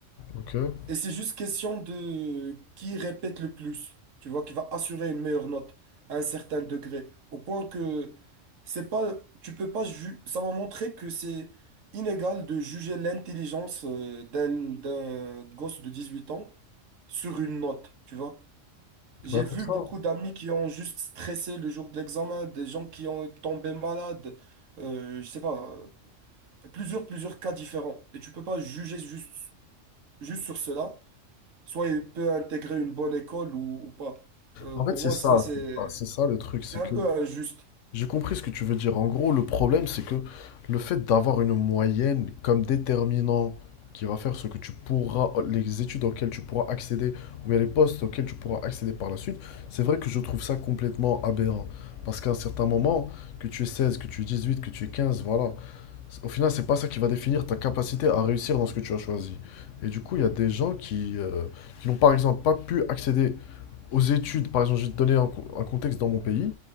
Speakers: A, on the left; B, on the right.
A: ok.
B: Et c'est juste question de qui répète le plus, tu vois, qui va assurer une meilleure note à un certain degré. Au point que c'est pas, tu peux pas ju- ça m'a montré que c'est inégal de juger l'intelligence euh, d'un d'un gosse de 18 ans sur une note, tu vois. J'ai
A: Bah,
B: vu
A: c'est ça.
B: beaucoup d'amis qui ont juste stressé le jour de l'examen, des gens qui ont tombé malades, euh, je sais pas, euh, plusieurs, plusieurs cas différents. Et tu peux pas juger juste, juste sur cela soit il peut intégrer une bonne école ou, ou pas. Euh,
A: En fait,
B: pour
A: c'est
B: moi,
A: ça,
B: ça, c'est
A: c'est ça, c'est ça le truc, c'est
B: c'est un
A: que
B: peu injuste.
A: J'ai compris ce que tu veux dire. En gros, le problème, c'est que le fait d'avoir une moyenne comme déterminant qui va faire ce que tu pourras, les études auxquelles tu pourras accéder, ou bien les postes auxquels tu pourras accéder par la suite, c'est vrai que je trouve ça complètement aberrant. Parce qu'à un certain moment, que tu es 16, que tu es 18, que tu es 15, voilà, au final, c'est pas ça qui va définir ta capacité à réussir dans ce que tu as choisi. Et du coup, il y a des gens qui, euh, qui n'ont par exemple pas pu accéder aux études, par exemple, je vais te donner un, co- un contexte dans mon pays.